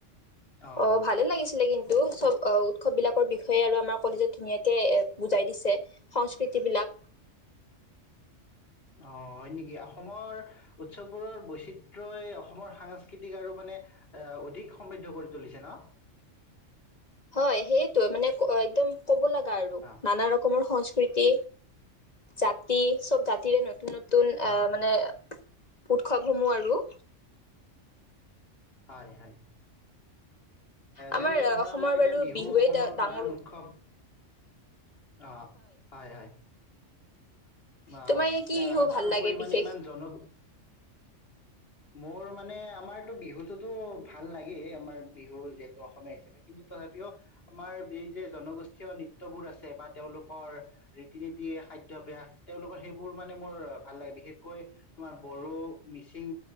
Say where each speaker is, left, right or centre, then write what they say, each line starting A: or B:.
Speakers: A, on the left; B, on the left.
A: অঁ
B: অ ভালে লাগিছিলে কিন্তু চব উৎসৱ বিলাকৰ বিষয়ে আৰু আমাৰ কলেজত ধুনীয়াকে এ বুজাই দিছে সংস্কৃতি বিলাক
A: অঁ হয় নেকি অসমৰ উৎসৱবোৰৰ বৈচিত্ৰই অসমৰ সাংস্কৃতিক আৰু মানে এ অধিক সমৃদ্ধ কৰি তুলিছে ন
B: হয় সেইটোৱে মানে একদম ক'ব লগা আৰু
A: অঁ
B: নানা ৰকমৰ সংস্কৃতি জাতি চব জাতিৰে ন নতুন
A: অঁ
B: এ মানে উৎসৱসমূহ আৰু
A: হয় হয়
B: আমাৰ
A: যেনেকে ধৰা
B: অসমৰ
A: আমাৰ এতিয়া
B: বাৰু
A: বিহু
B: বিহুৱেই
A: অসমৰ
B: ডাঙৰ
A: প্ৰধান উৎসৱ অঁ হয় হয় অঁ
B: তোমাৰ এনে কি
A: এ
B: বিহু ভাল
A: তাৰোপৰি
B: লাগে বিশেষ
A: ইমান জনক মোৰ মানে আমাৰতো বিহুটোতো ভাল লাগেই আমাৰ বিহু যিহেতু অসমীয়া হিচাপে কিন্তু তথাপিও আমাৰ এই যে জনগোষ্ঠীয় নৃত্ৰ্যয়বোৰ আছে বা তেওঁলোকৰ ৰীতি নীতি খাদ্যভ্যাস তেওঁলোকৰ সেইবোৰ মানে মোৰ ভাল লাগে বিশেষকৈ তোমাৰ বড়ো, মিচিং,